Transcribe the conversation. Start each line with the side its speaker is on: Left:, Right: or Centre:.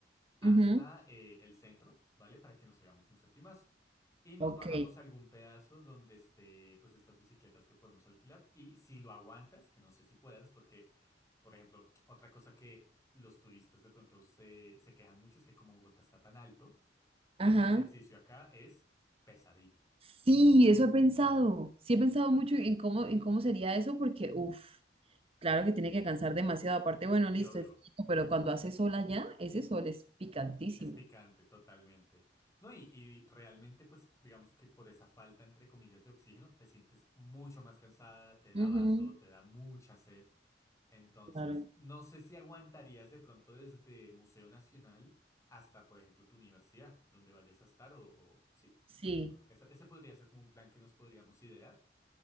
Left: hasta
Right: Ujú,
Left: eh, el centro, ¿vale? Para que nos hagamos un septimazo. Y nos
Right: Ok,
Left: bajamos a algún pedazo donde esté, pues, estas bicicletas que podemos alquilar. Y si lo aguantas, que no sé si puedas, porque, por ejemplo, otra cosa que los turistas de pronto se, se quejan mucho es que como Bogotá está tan alto,
Right: ajá.
Left: hacer ejercicio acá es pesadito.
Right: Sí, eso he pensado, sí he pensado mucho en cómo, en cómo sería eso porque, uff. Claro que tiene que cansar demasiado. Aparte, bueno,
Left: Sí,
Right: listo,
Left: obvio.
Right: es rico, pero cuando hace sol allá, ese sol es picantísimo.
Left: Es picante, totalmente. No, y, y realmente, pues, digamos que por esa falta, entre comillas, de oxígeno, te sientes mucho más cansada, te da
Right: Ujú,
Left: vaso, te da mucha sed. Entonces,
Right: Claro.
Left: no sé si aguantarías de pronto desde Museo Nacional hasta, por ejemplo, tu universidad, donde vayas a estar, o, o- sí,
Right: Sí.
Left: por ejemplo. Esa- ese podría ser como un plan que nos podríamos idear.